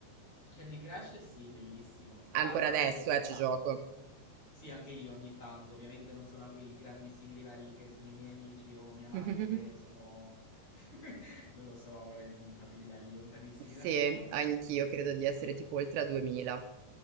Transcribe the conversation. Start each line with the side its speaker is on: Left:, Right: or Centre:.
Left: Candy Crush sì, bellissimo. Tra
Right: Ancora
Left: l'altro
Right: adesso,
Left: anche andando
Right: eh, ci gioco.
Left: Sì, anche io ogni tanto, ovviamente non sono a quei grandissimi livelli che sono i miei amici o mia madre
Right: <laughs>
Left: che sono, <laughs> non lo so, in- a dei livelli lontanissimi
Right: Sì,
Left: dal mio.
Right: anch'io credo di essere tipo oltre a 2000.